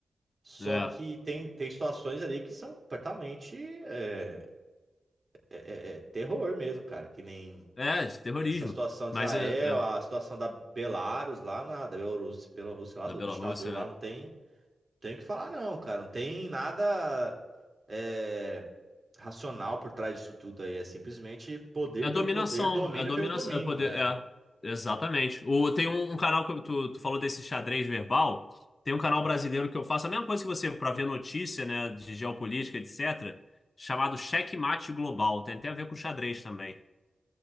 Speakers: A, on the right (about 45°); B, on the left (about 50°).
A: Só
B: É.
A: que tem, tem situações ali que são completamente é, é- é é terror mesmo, cara. Que nem
B: É, de terrorismo.
A: Essa situação de
B: Mas
A: Israel,
B: é, é
A: a situação da Belarus lá na da Bielorrússia, Bielorrússia lá
B: da
A: do,
B: Bielorrússia,
A: do ditador lá não tem, tem que falar não, cara, não tem nada é, racional por trás disso tudo aí, é simplesmente poder
B: É
A: pelo
B: dominação,
A: poder, domínio
B: é dominação,
A: pelo domínio,
B: é poder,
A: é.
B: é, exatamente. O, tem um, um canal que eu- tu, tu falou desse xadrez verbal, tem um canal brasileiro que eu faço a mesma coisa que você para ver notícia, né, de geopolítica, etc, chamado Xeque-mate Global, tem até a ver com xadrez também.